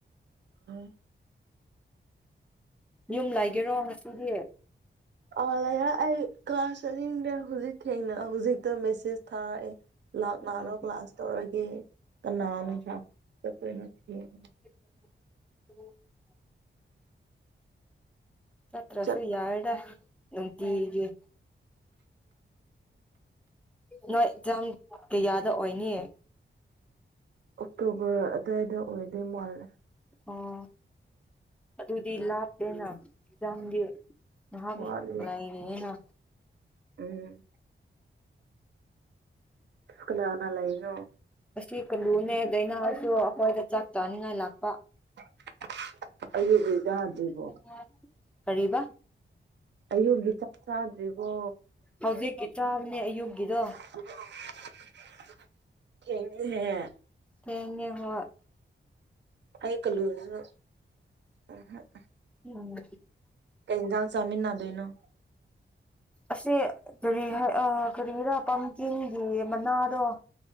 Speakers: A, on the right (about 65°); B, in the centre.
A: ꯎꯝ
B: ꯌꯨꯝ ꯂꯩꯒꯦꯔꯣ ꯉꯁꯤꯗꯤ
A: ꯑꯥ ꯂꯩꯔ ꯑꯩ ꯀ꯭ꯂꯥꯁ ꯆꯠꯅꯤꯡꯗꯦ ꯍꯧꯖꯤꯛ ꯊꯦꯡꯅ ꯍꯧꯖꯤꯛꯇ ꯃꯦꯁꯦꯁ ꯊꯥꯔꯛꯑꯦ ꯂꯥꯛꯅꯔꯣ
B: ꯑꯣ
A: ꯀ꯭ꯂꯥꯁ ꯇꯧꯔꯒꯦ ꯀꯅꯥꯅ
B: ꯑꯣ
A: ꯀ꯭ꯂꯥꯁ ꯆꯠꯇꯣꯏꯅꯣ ꯊꯦꯡꯉꯦ
B: <unintelligible> ꯆꯠꯇ꯭ꯔꯥꯁꯨ
A: ꯆꯠ
B: ꯌꯥꯔꯦꯗ ꯅꯨꯡꯇꯤꯒꯤ ꯅꯣꯏ ꯑꯦꯛꯖꯥꯝ ꯀꯌꯥꯗ ꯑꯣꯏꯅꯤ
A: ꯑꯣꯛꯇꯣꯕꯔ ꯑꯋꯥꯏꯗ ꯑꯣꯏꯗꯣꯏ ꯃꯥꯜꯂꯦ
B: ꯑꯣ ꯑꯗꯨꯗꯤ ꯂꯥꯞꯇꯦꯅ ꯑꯦꯛꯖꯥꯝꯗꯤ ꯉꯍꯥꯛ
A: ꯋꯥꯠꯂꯤ
B: ꯂꯩꯔꯤꯌꯦꯅ
A: ꯎꯝ ꯀꯅꯥꯒ ꯂꯩꯔꯣ
B: ꯑꯁꯤ ꯀꯂꯨꯅꯦ ꯗꯥꯏꯅꯥꯍꯣꯏꯁꯨ ꯑꯩꯈꯣꯏꯗ ꯆꯥꯛ ꯆꯥꯅꯤꯉꯥꯏ ꯂꯥꯛꯄ
A: <unintelligible> ꯑꯩꯒꯤ ꯍꯨꯏꯗꯣ ꯍꯥꯟ <unintelligible>
B: <unintelligible> ꯀꯔꯤꯕꯥ
A: ꯑꯌꯨꯛ ꯒꯤ ꯆꯥꯛ ꯆꯥꯗ꯭ꯔꯤꯕꯣ
B: ꯍꯧꯖꯤꯛꯀꯤ ꯆꯥꯕꯅꯦ ꯑꯌꯨꯛꯒꯤꯗꯣ
A: <unintelligible> ꯊꯦꯡꯉꯦꯍꯦ
B: ꯊꯦꯡꯉꯦ ꯍꯣꯏ
A: ꯑꯩ ꯀꯜꯂꯨ ꯅꯪꯅ ꯎꯝꯍꯨꯝꯞ
B: ꯎꯝ
A: ꯀꯩꯥ ꯍꯤꯟꯖꯥꯡ ꯆꯥꯃꯤꯟꯅꯥꯗꯣꯏꯅꯣ
B: ꯑꯁꯤ ꯀꯔꯤ ꯍꯥꯏ ꯑ ꯀꯔꯤꯔ ꯄꯝꯀꯤꯟꯒꯤ ꯃꯅꯥꯗꯣ